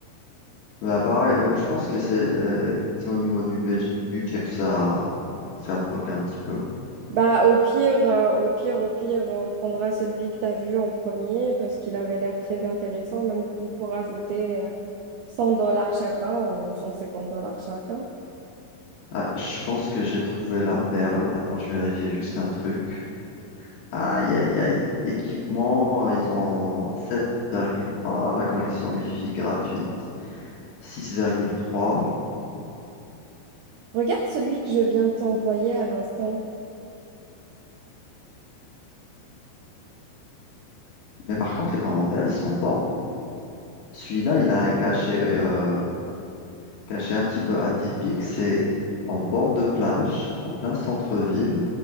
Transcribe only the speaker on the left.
Bah, pareil, euh, je pense que c'est euh, c'est au niveau du budg- budget que ça, ça bloque un petit peu.
Ah, je pense que j'ai trouvé la perle. Attends, je vérifie juste un truc. Aïe, aïe, aïe. Équipement, euh, ils ont sept virgule un la connexion Wi-Fi gratuite six virgule trois
Mais par contre, les commentaires, ils sont bons. Celui-là, il a un cachet, euh, cachet un petit peu atypique. C'est en bord de plage, en plein centre-ville,